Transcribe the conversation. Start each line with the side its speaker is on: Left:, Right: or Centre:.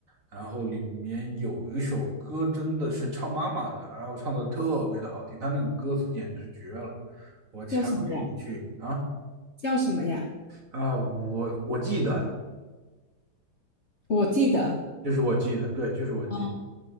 Right: 然后里面有一首歌真的是唱妈妈的，然后唱的特别的好听，他那个歌词简直绝了，我强烈你去啊！
Left: 叫什么呀？叫什么呀？
Right: 啊，我我记得，
Left: 我记得，
Right: 就是我记得，对，就是我记得。
Left: 哦，